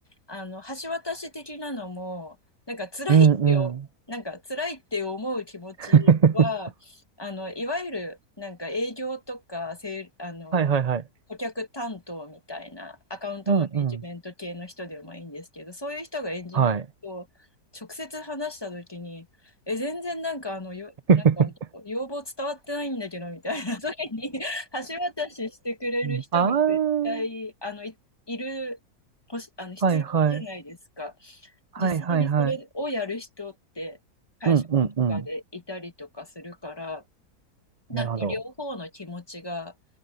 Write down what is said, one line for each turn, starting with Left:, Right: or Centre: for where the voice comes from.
Left: あの、橋渡し的なのも、なんか辛いってよ、
Right: うんうん。
Left: なんか辛いって思う気持ちは、
Right: <laughs>
Left: あの、いわゆるなんか営業とか、せい、あの、
Right: はいはいはい。
Left: 顧客担当みたいなアカウントマネジメント系の人でもいいんですけど、
Right: うんうん。
Left: そういう人がエンジニアと
Right: はい。
Left: 直接話した時に、え、全然なんかあの、よ、
Right: <laughs>
Left: なんか要望伝わってないんだけど、みたいな時に <laughs> 橋渡ししてくれる人が絶対、
Right: うんあー、
Left: あの、い、いる、ほし、あの、必要じゃないですか。
Right: はいはい。はいはいはい。
Left: 実際にそれをやる人って会社の中でいたりとかするから、
Right: うんうんうん。
Left: なんか両方の気持ちが
Right: なるほど。